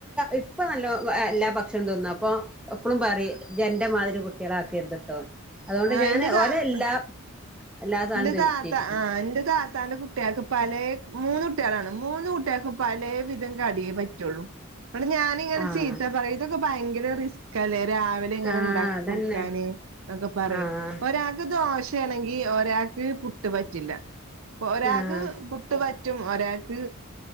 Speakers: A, in the centre; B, on the right.
A: ഇപ്പ നല്ലോ എല്ലാ ഭക്ഷണം തിന്നും അപ്പൊ എപ്പഴും പറ ജന്റെമാതിരി കുട്ടികള ആാക്കി എരുതിട്ടോ അതുകൊണ്ട്
B: ആ
A: ഞാന്
B: എന്റെത്
A: ഓല എല്ലാ എല്ലാ സാധനവും
B: എന്റെ താത്ത
A: തിന്നിപ്പിക്കും
B: ആഹ് എന്റെ താത്താന്റെ കുട്ടി കുട്ടികക്ക് പല മൂന്ന കുട്ടികളാണ് മൂന്ന കുട്ടികക്ക് പല വിധം കടിയേ പറ്റുള്ളു അ ഞാനിങ്ങനെ
A: ആഹ്
B: ചീത്താ പറയും ഇതൊക്കെ ഭയങ്കര റിസ്ക് അല്ലേ രാവിലെ ഇങ്ങനെ
A: ആഹ്
B: ഉണ്ടാക്കി
A: അതന്നെ
B: കൊടുക്കാന് എന്നൊക്കെ പറയും
A: ആഹ്
B: ഒരാൾക്ക് ദ ദോശയാണെങ്കിൽ ഒരാൾക്ക് പുട്ട് പറ്റില്ല ഒരാൾക്ക്
A: ആഹ്
B: പുട്ട് ചറ്റും ഒരാൾക്ക്